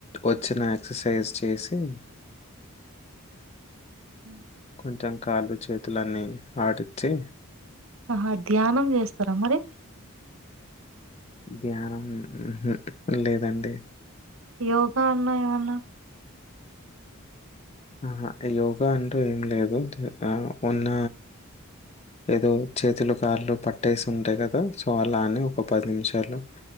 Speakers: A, on the left; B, on the right.
A: వచ్చిన ఎక్సర్సైజ్ చేసి
B: ఉ
A: కొంచెం కాళ్ళు చేతులు ఆన్నీ ఆడించి
B: ఆహా ధ్యానం చేస్తారా మరి
A: ధ్యానం ఉహు లేదండి
B: యోగా అన్నా ఏమన్నా
A: ఆహా యోగా అంటూ ఏం లేదు ఆ ఉన్న ఏదో చేతులు కాళ్ళు పట్టేసి ఉంటాయి కదా సో అలా అనీ ఒక పది నిమిషాలు